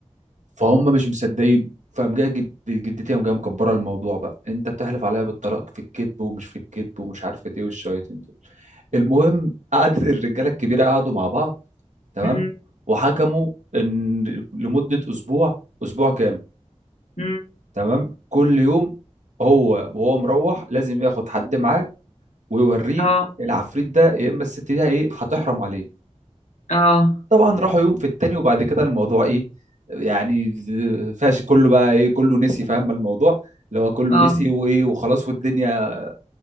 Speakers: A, on the right (about 85°); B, on the left (about 80°).
A: فهم مش مصدقين فقام جايه جد... جدتي قام جايه مكبره الموضوع بقى انت بتحلف عليا بالطلاق في الكذب ومش في الكذب ومش عارفه ايه والشويتين دول المهم قعدت الرجاله الكبيره قعدوا مع بعض تمام
B: مم.
A: وحكموا ان لمده اسبوع اسبوع كامل
B: مم.
A: تمام كل يوم هو وهو مروح لازم ياخد حد معاه ويوريه
B: اه
A: العفريت ده يا اما الست دي ايه هتحرم عليه
B: اه
A: طبعا راحوا يوم في التاني وبعد كده الموضوع ايه يعني ز- فاش كله بقى ايه كله نسي فاهم الموضوع اللي هو كله
B: اه
A: نسي وايه وخلاص والدنيا